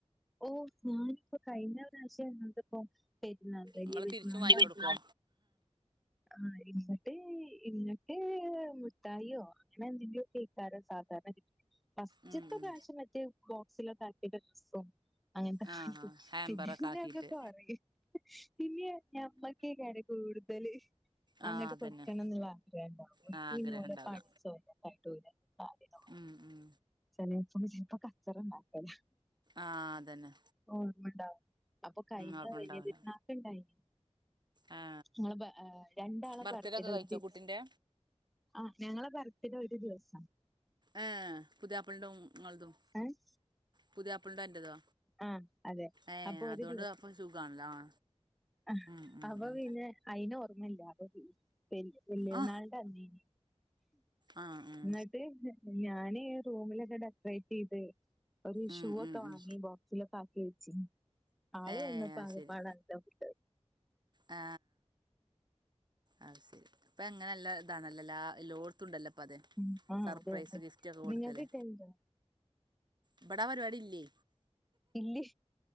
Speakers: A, in the centre; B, on the right.
A: ഓഹ് ഞാനിപ്പോ കയ്ഞ്ഞപ്രശ്യാ ഞങ്ങള്ത്പ്പോ പെര്ന്നാള് വെല്യപെരുന്നാളിന്റന്ന്
B: ഇങ്ങള് തിരിച്ചും വാങ്ങി കൊടുക്കുവോ
A: ആ ഇങ്ങട്ട് ഇങ്ങട്ട് മിട്ടായിയോ അങ്ങനെന്തെങ്കിലൊക്കെക്കാരം സാധാരണകിട്ടല് ഫാസ്റ്റ്ത്തെപ്രാശ്യം
B: ഉം ഉം
A: മറ്റേബോക്സിലൊക്കാക്കിട്ട് ഡ്രെസ്സും അങ്ങൻത്തൊക്കെ
B: ആ ആ
A: വാങ്ങി
B: ഹാമ്പറൊക്കെ
A: പിന്നെ പിന്നെ
B: ആക്കിയിട്ട്
A: അങ്ങ് കൊറയും പിന്നെ ഞമ്മക്കെക്കാരം കൂടുതല്
B: ആ
A: അങ്ങ്ട്ട്
B: അതന്നെ
A: കൊടുക്കണംന്ന്ള്ള ആഗ്രഹം ഇണ്ടാവും. ഓല്ക്ക്
B: ആ ആഗ്രഹം
A: പിന്നെ ഓല്
B: ഉണ്ടാവുക
A: പഠിച്ചോലെ പറ്റൂല കാര്യല
B: ഉം ഉം
A: ചെലേപ്പോ ചെൽപ്പോ കച്ചറണ്ടാക്കല
B: ആ അതെന്നെ
A: ഓർമ്മണ്ടോ അപ്പൊ കയ്ഞ
B: ഓർമ്മണ്ടാവൂല
A: വെല്യ പെരുന്നാക്ക്ണ്ടായ്നി
B: ആ
A: ങ്ങ ബ ഏ രണ്ടാളെ
B: ബർത്ത്ഡേ
A: ബർത്ത്
B: ഒക്കെ
A: ഡെ
B: കഴിച്ചോ
A: ഒര് ദിവസം
B: കുട്ടിന്റെ
A: ആ ഞങ്ങളെ ബർത്തിഡെ ഒര് ദിവസ
B: ഏ പുതിയാപ്ലന്റും ഇങ്ങൾതും
A: ഏഹ്
B: പുതിയാപ്ലന്റെ അന്റെതോ
A: ആഹ് അതെ
B: ഏ
A: അപ്പൊ ഒരു
B: അതോണ്ട്അപ്പോ സുഖാണല്ലോ ആ
A: അഹ്
B: ഉം ഉം
A: അപ്പോ
B: ഉം
A: പിന്നെ അയ്ന് ഓർമ്മല്ല <unintelligible> വെല്യെര്ന്നാളിന്റെ
B: ആ
A: അന്നെയ്നി
B: ആ ഉം
A: ന്ന്ട്ട് ഞാന് റൂമിലൊക്കെ ഡെക്കറേറ്റെയ്ത് ഒര്
B: ഉം
A: ഷൂവൊക്കെവാങ്ങി
B: ഉം ഉം
A: ബോ ക്സിലൊക്കാക്കിവെച്ചിനി ആള്
B: ഏ
A: വെന്നപ്പോ
B: അത്
A: ആകപ്പാടെ
B: ശരി
A: അന്തം വി
B: ആ അത് സെരി ഇപ്പങ്ങനെല്ലതാണല്ലോലേ എല്ലോട്ത്തുണ്ടല്ലോപ്പത്
A: ഉം ആഹ്
B: സർപ്രൈസ്
A: അതെ അതെ
B: ഗിഫ്റ്റൊക്കെ കൊട്ക്കല്
A: നിങ്ങൾക്ക് കിട്ടല്ണ്ടോ
B: ഇപടാപരിപാടി ല്ലേ
A: ഇല്ലേ